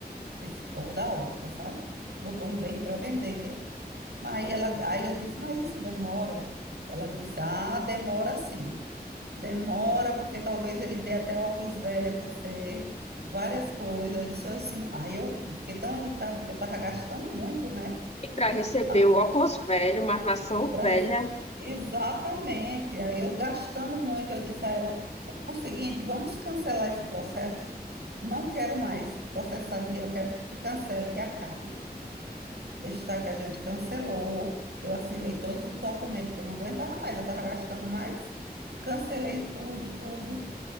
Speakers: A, on the right; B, on the left.
A: esse povo da ótica, sabe? Botou um bem para vender. Mas aí, ela, aí eu disse, mas isso demora? Ela disse, ah, demora sim. Demora porque talvez ele dê até óculos velho a você, várias coisas. Eu disse assim, aí eu fiquei tão irritada porque eu estava gastando muito, né?
B: E para receber
A: Ah,
B: o óculos velho, uma armação
A: pra...
B: velha.
A: rece- Exatamente. Aí eu gastando muito, eu disse a ela, o seguinte, vamos cancelar esse processo. Não quero mais processar ninguém, eu quero que cancele, que acabe. Destaque que a gente cancelou. Eu assinei todos os documentos, porque eu não aguentava mais, eu estava gastando mais. Cancelei tudo, tudo.